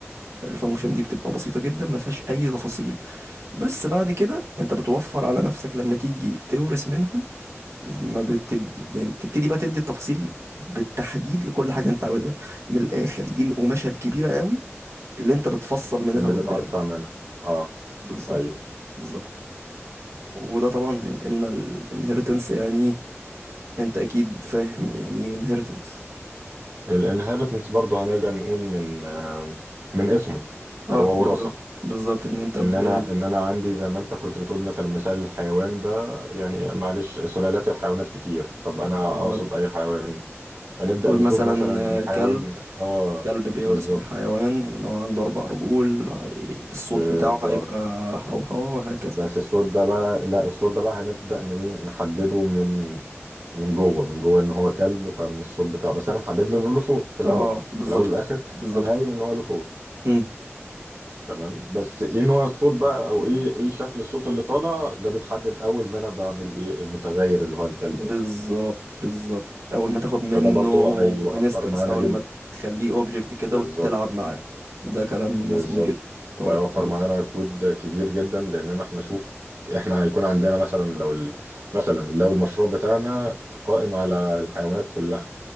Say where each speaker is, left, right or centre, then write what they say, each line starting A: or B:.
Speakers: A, on the right; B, on the right.
A: الفانكشن دي بتبقى بسيطة جدا ما فيهاش اي تفاصيل بس بعد كده انت بتوفر على نفسك لما تيجي تورث منها ما بتد... يعني بتبتدي بقى تدي التفاصيل بالتحديد لكل حاجة انت عاوزها من الاخر دي القماشة الكبيرة قوي اللي انت بتفصل منها
B: اللي
A: قدام
B: بتقطع منها اه
A: بالظبط
B: ايوه
A: بالظبط وده طبعا هينقلنا الانهيرتنس يعني انت اكيد فاهم يعني ايه انهيرتنس
B: الانهيرتنس برضه هنرجع نقول من آه، من اسمه
A: اه
B: هو
A: بالظبط
B: وراثه
A: بالظبط ان انت
B: ان
A: ب...
B: انا ان انا عندي زي ما انت كنت بتقول مثلا مثال الحيوان ده يعني معلش سلالات الحيوانات كتير طب انا
A: بالظبط
B: اقصد اي حيوان فنبدا
A: تقول
B: نشوف
A: مثلا
B: مثلا إن
A: آه، كلب
B: حيوان اه
A: كلب بيورث
B: بالظبط
A: من حيوان ان هو عنده اربع رجول هي- الصوت
B: بالظبط
A: بتاعه هيبقى هوهو وهكذا
B: بس الصوت ده بقى لا الصوت ده بقى هنبدا ن- إيه، نحدده من من جوه من جوه ان هو كلب فمن الصوت بتاعه بس انا محدد له انه له صوت في الاول
A: اه بالظبط
B: في الاول والاخر
A: بالظبط
B: انا قايل ان هو له صوت
A: مم.
B: تمام بس ايه نوع الصوت بقى او ايه ايه شكل الصوت اللي طالع ده بيتحدد اول ما انا بعمل ايه المتغير اللي هو الكلب
A: بالظبط
B: ده
A: بالظبط اول ما تاخد منه
B: فده برضه هيوفر
A: انستنس
B: معانا
A: اول
B: جدا
A: ما تخليه اوبجكت كده
B: بالظبط
A: وتلعب معاه ده كلام
B: بالظبط
A: مظبوط جدا طيب
B: ده هيوفر
A: حلو
B: معانا كود كبير جدا لاننا احنا شوف احنا هيكون عندنا مثلا لو ال... مثلا لو المشروع بتاعنا قائم على الحيوانات كلها